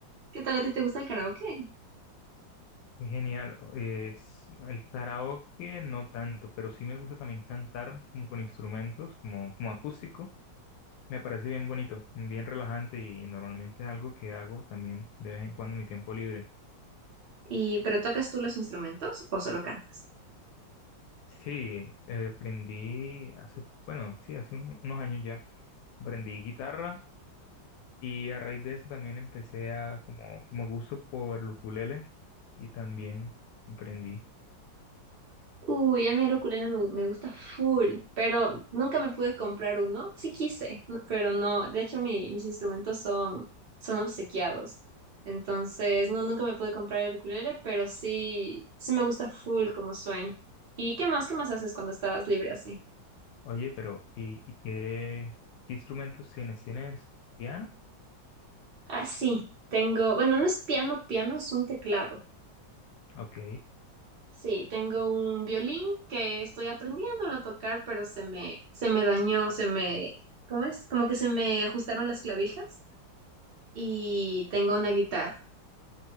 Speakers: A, on the right; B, on the left.
A: ¿Qué tal a ti te gusta el karaoke?
B: Qué Genial, es el karaoke no tanto, pero sí me gusta también cantar como con instrumentos, como, como acústico. Me parece bien bonito, bien relajante y normalmente es algo que hago también de vez en cuando en mi tiempo libre.
A: Y, ¿pero tocas tú los instrumentos o solo cantas?
B: Sí, eh, aprendí hace, bueno, sí, hace un- unos años ya, aprendí guitarra y a raíz de eso también empecé a como, como gusto por el ukulele y también aprendí.
A: Uy, a mí el ukulele me, me gusta full, pero nunca me pude comprar uno. Sí quise, no- pero no. De hecho, mi- mis instrumentos son, son obsequiados. Entonces, no, nunca me pude comprar el ukulele, pero sí, sí me gusta full como suena. ¿Y qué más? ¿Qué más haces cuando estás libre así?
B: Oye, pero ¿y, y qué, qué instrumentos tienes? ¿Tienes piano?
A: Ah, sí, tengo, bueno, no es piano, piano es un teclado.
B: Ok.
A: Sí, tengo un violín que estoy aprendiendo a tocar, pero se me, se me dañó, se me, ¿cómo es? Como que se me ajustaron las clavijas y tengo una guitarra.